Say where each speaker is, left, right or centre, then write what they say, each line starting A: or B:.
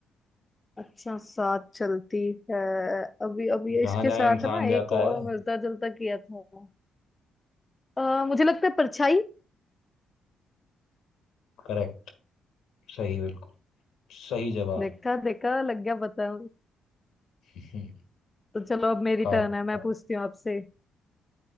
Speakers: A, on the left; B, on the left.
A: अच्छा साथ चलती है अभी अभी
B: जहां
A: इसके
B: जहां
A: साथ
B: इंसान
A: ना एक
B: जाता
A: और
B: है
A: मिलता जुलता किया था अ, मुझे लगता है परछाई
B: करेक्ट सही बिल्कुल सही जवाब
A: देखा देखा लग गया पता
B: हम्म,
A: तो चलो अब मेरी
B: काफी
A: टर्न है मैं
B: काफी
A: पूछती हूँ आपसे